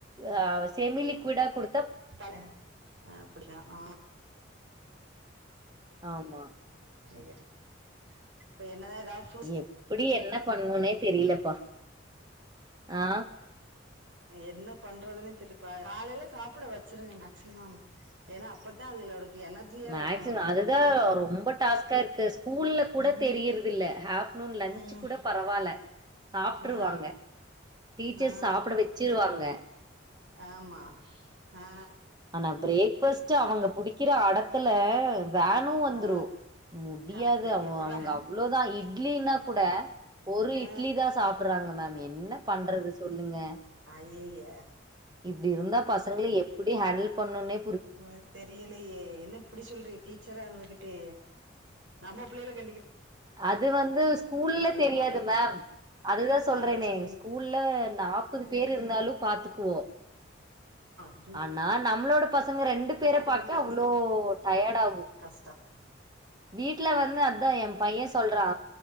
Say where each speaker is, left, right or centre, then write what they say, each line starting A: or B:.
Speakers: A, on the right (about 20°); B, on the right (about 70°).
A: ஆ செமி லிக்விடா குடு
B: பட ஆ அப்டியா ஆ
A: ஆமா
B: சேரி இப்ப என்னதா ஏதாவ்
A: எப்டி என்ன பண்ணுனே தெரியலப்பா ஆ
B: என்ன பண்றதுன்னு தெருப்பா காலைல சாப்பிட வச்சருங்க மேக்சிமம் ஏன்னா அப்பத்தா அதுலோடக்கு எனர்ஜியா
A: மேக்ஸிமம்
B: இருக்கு அது
A: அதுதான்
B: போ
A: ரொம்ப டாஸ்க்கா இருக்கு ஸ்கூல்ல கூட
B: ம்
A: தெரியறதில்ல ஆப்டர்நூன் லன்ச்சு
B: ம்
A: கூட பரவால்ல சாப்ட்ருவாங்க
B: ஆ
A: டீச்சர்ஸ்
B: ஆ
A: சாப்ட வெச்சிருவாங்க
B: ஆமா ஆ
A: ஆனா பிரேக்ஃபாஸ்ட் அவங்க புடிக்கிற அடத்துல வேனும் வந்துரும்
B: ஆ
A: முடியாது
B: கரெக்ட்
A: அவ
B: எப்புட்றா
A: அவங்க அவ்ள தா இட்லின்னா கூட ஒரு
B: ஆ
A: இட்லி தா சாப் ட்றாங்க மேம் என்ன பண்றது சொல்லுங்க
B: ஐய்யய்ய
A: இப்டி இருந்தா பசங்கள எப்டி ஹேண்டில் பண்ணுன்னே
B: ஆ தெரியலயே என்ன இப்டி சொல்ற டீச்சரா இருந்துகிட்டு நம்ம பிள்ளைல கண்டிக்க
A: அது வந்து ஸ்கூல்ல
B: இருக்கு
A: தெரியாது மேம் அதுதா
B: ஆ
A: சொல்றேனே
B: அத சொல்லுங்க
A: ஸ்கூல்ல நாப்பது பேர் இருந்தாலும் பாத்துக்குவோ
B: ஆ
A: ஆனா நம்மளோட பசங்க ரெண்டு
B: அத
A: பேர
B: பாத்துக்க
A: பாக்க
B: பெரும்
A: அவ்ளோ டயர்ட் ஆகும்
B: கஷ்டம்
A: வீட்ல வந்து அதா ஏ பையே சொல்றா